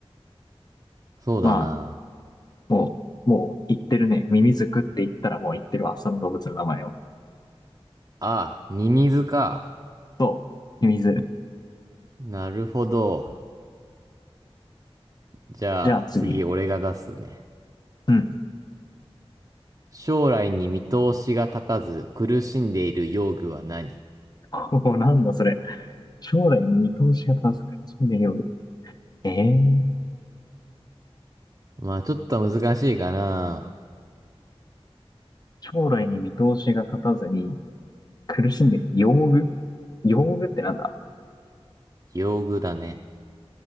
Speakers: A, on the right; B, on the left.
A: そうだな。
B: まあ、もう、もう言ってるね。ミミズクって言ったらもう言ってるわ。その動物の名前を。
A: あ、ミミズか。
B: そう。ミミズ。
A: なるほど。じゃあ、
B: じゃあ次。
A: 次俺が出すね。
B: うん。
A: 将来に見通しが立たず苦しんでいる用具は何
B: <laughs> おお、なんだそれ。将来の見通しが難しいね、よ。ええ
A: まあ、ちょっと難しいかな。
B: 将来に見通しが立たずに苦しんでる。用具用具ってなんだ
A: 用具だね。